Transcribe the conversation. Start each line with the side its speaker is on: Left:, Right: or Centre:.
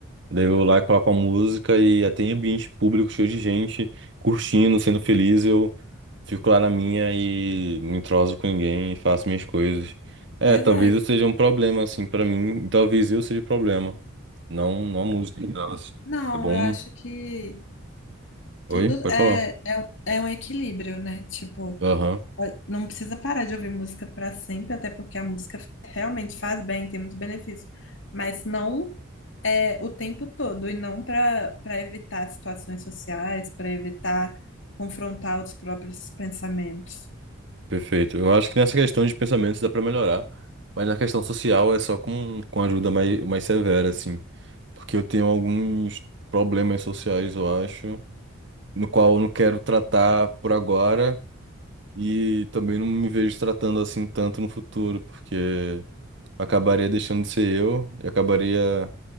Right: Daí eu vou lá e coloco a música e até em ambiente público, cheio de gente, curtindo, sendo feliz, eu fico lá na minha e não entroso com ninguém e faço minhas coisas. É,
Left: Pois
Right: talvez
Left: é, isso
Right: eu seja um problema, assim, pra mim, e talvez eu seja problema. Não, não a música em geral, assim.
Left: Não,
Right: É bom.
Left: eu acho que tudo
Right: Oi? Pode
Left: é,
Right: falar.
Left: é, um, é um equilíbrio, né? Tipo,
Right: Aham,
Left: ó, não precisa parar de ouvir música para sempre, até porque a música realmente faz bem, tem muitos benefícios, mas não é o tempo todo, e não para para evitar situações sociais, para evitar confrontar os próprios pensamentos.
Right: perfeito. Eu acho que nessa questão de pensamentos dá pra melhorar, mas na questão social é só com, com ajuda mais, mais severa, assim. Porque eu tenho alguns problemas sociais, eu acho. no qual eu não quero tratar por agora e também não me vejo tratando assim tanto no futuro, porque acabaria deixando de ser eu e acabaria,